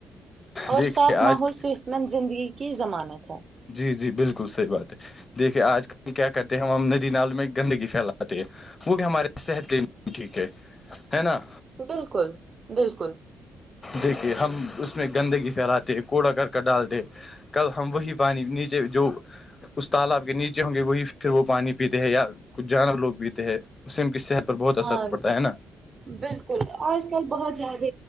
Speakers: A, on the right; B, on the left.
A: اور
B: دیکھیے
A: صاف
B: آج
A: ماحول صحت مند زندگی کی ضمانت ہے
B: جی جی بالکل صحیح بات ہے دیکھیے آج کل کیا کرتے ہیں ہم ہم ندی نال میں گندگی پھیلاتے ہیں وہ بھی ہمارے صحت کے لیے ٹھیک ہے ہے نا
A: بالکل بالکل
B: دیکھیے ہم اس میں گندگی پھیلاتے ہیں کوڑا کرک ڈالتے کل ہم وہی پانی نیچے جو اس تالاب کے نیچے ہوں گے وہی پھر وہ پانی پیتے ہیں یا کچھ جانور لوگ پیتے ہیں اسم کی صحت پر بہت اثر
A: ہاں
B: پڑتا ہے نا
A: بالکل آج کل بہت زیادہ